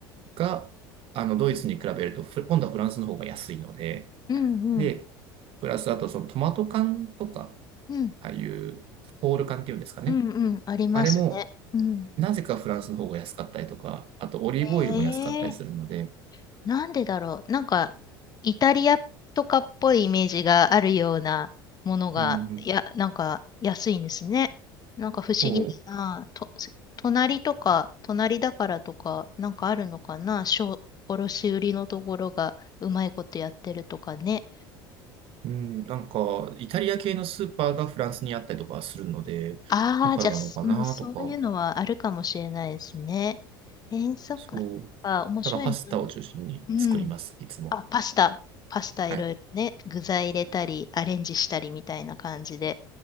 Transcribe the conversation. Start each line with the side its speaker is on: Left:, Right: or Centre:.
Right: が、あの、ドイツに比べると、ふ今度はフランスの方が安いので、
Left: うん、うん、うん、
Right: で、プラスあとそのトマト缶とか、
Left: うん、
Right: ああいうホール缶っていうんですかね。
Left: うん、うんありますね。
Right: あれも
Left: うん。
Right: なぜかフランスの方が安かったりとか、あとオリーブオイルも安かったりするので、
Left: へえ。なんでだろう。なんか、イタリアとかっぽいイメージがあるようなものが、
Right: うん、
Left: いや、なんか安いんですね。なんか不思議だな。
Right: そ
Left: と、隣とか、隣だからとか、なんかあるのかな。小、卸売りのところがうまいことやってるとかね。
Right: う、うん、なんか、イタリア系のスーパーがフランスにあったりとかするので、
Left: ああ、
Right: だからなのかなとか、
Left: じゃあ、すうん、そういうのはあるかもしれないですね。えー、そっか、
Right: そう。
Left: そっか面白いな。
Right: だからパスタを中心に作ります、
Left: うん。
Right: いつも。
Left: あ、パスタ、パスタいろいろね、
Right: はい。
Left: 具材入れたり、アレンジしたりみたいな感じで。